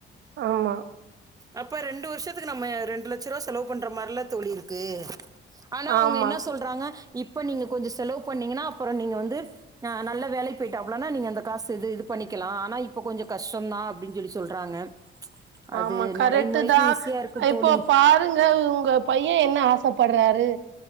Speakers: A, on the right (about 70°); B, on the right (about 20°).
A: ஆமா
B: அப்ப ரெண்டு வருஷத்துக்கு நம்ம ரெண்டு லட்சருவா செலவு பண்ற மாரிலா தோழி இருக்கு ஆனா அவங்க
A: ஆமா
B: என்ன சொல்றாங்க இப்ப நீங்க கொஞ்சோ செலவு பண்ணீங்கன்னா அப்பறோ நீங்க வந்து ஆ நல்ல வேலைக்கு போயிட்டாப்பளனா நீங்க அந்த காசு இது இது பண்ணிக்கலா ஆனா இப்ப கொஞ்சோ கஷ்டோதா அப்டின்னு சொல்லி சொல்றாங்க அது
A: ஆமா கரெக்ட்
B: நடைமுறைக்கு
A: தா
B: ஈஸியா இருக்கும்
A: இப்போ
B: தோழி
A: பாருங்க உங்க பைய என்ன ஆசப்படுறாரு